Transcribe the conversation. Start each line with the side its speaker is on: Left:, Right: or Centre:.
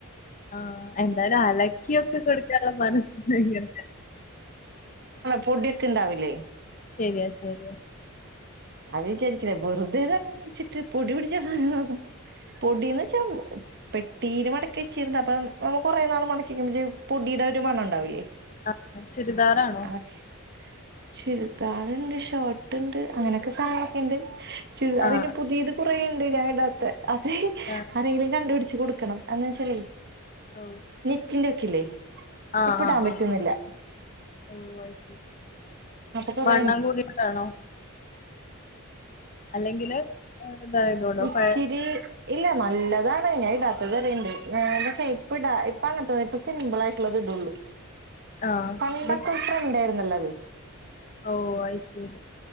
Left: ആഹ് എന്തായാലും അല ക്കിയൊക്കെ കൊടുക്കാനുള്ള മനസ്സ് നിങ്ങൾ
Right: പൊട്‌യൊക്കെണ്ടാവില്ലേ?
Left: ശെര്യാ ശെര്യാ
Right: അവ വിചാരിക്കില്ലേ വെറുതെതരാന്ന് വെച്ചിട്ട് പൊടി പിടിച്ച സാനങ്ങൾ പൊടീന്നെച്ചാ പെട്ടീല് മടക്കി വെച്ചിരുന്ന അപ്പം കൊറേ നാള് മടക്ക്യെക്കുമ്പയേ പൊടിയുടെ ഒരു മണണ്ടാവില്ലേ
Left: ആഹ് ചുരിദാറാണോ
Right: അതൊക്കെ ചുരിദാറിണ്ട് ഷോർട്ട്ണ്ട് അങ്ങനെക്കെ സാനങ്ങളെക്കെണ്ട് ചുരിദാറിനി
Left: ആഹ്
Right: പുതിയത് കുറേണ്ട് ഞാനിടാത്തെ അതേയ്
Left: അഹ്
Right: ആരെയെങ്കിലും കണ്ടുപടിച്ച് കൊടുക്കണം ആന്നാച്ചാലേയ്
Left: ഓഹ്
Right: നെറ്റിന്റൊക്കില്ലേ
Left: ആഹ്
Right: ഇപ്പടാം
Left: ആഹ്
Right: പറ്റ്ന്നില്ല
Left: ആഹ് ആഹ് ഓഹ് അയ്ശെരി
Right: അപ്പൊ കൊറേ
Left: മണ്ണ ആണോ? അല്ലെങ്കില് തായതോണ്ടോ
Right: ഇച്ചിരി
Left: പഴെ
Right: ഇല്ല നല്ലതാണ് ഞാ ഇടാത്തെ വരെയിണ്ട് ഈഹ് പക്ഷെ ഇപ്പടാ ഇപ്പങ്ങൻത്തത് ഇപ്പ സിമ്പിളായ്ട്ടിള്ളത് ഇടൊള്ളു
Left: ആഹ്
Right: പണ്ടൊക്കെ
Left: ഇത്
Right: ട്രെന്റായിരുന്നല്ലത്
Left: ഓഹ് അയ്ശെരി